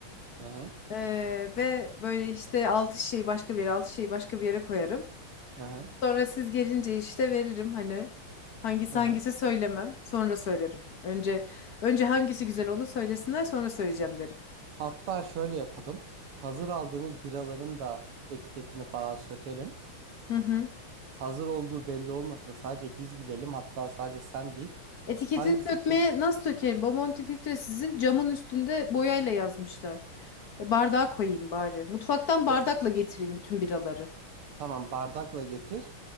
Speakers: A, on the right; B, on the left.
A: Hı hı.
B: Ee, ve böyle işte altı şişeyi başka bir yere, altı şişeyi başka bir yere koyarım.
A: Hı hı.
B: Sonra siz gelince işte veririm hani hangisi
A: Hı hı.
B: hangisi söylemem. Sonra söylerim. Önce önce hangisi güzel onu söylesinler sonra söyleyeceğim derim.
A: Hatta şöyle yapalım. Hazır aldığımız biraların da etiketini falan sökelim.
B: Hı hı.
A: Hazır olduğu belli olmasın. Sadece biz bilelim. Hatta sadece sen bil.
B: Etiketini
A: Hangisi
B: sökmeye
A: kim?
B: nasıl sökerim? Bomonti filtre sizin camın üstünde boyayla yazmışlar. E, bardağa koyayım bari. Mutfaktan bardakla
A: da-
B: getireyim bütün biraları.
A: Tamam bardakla getir.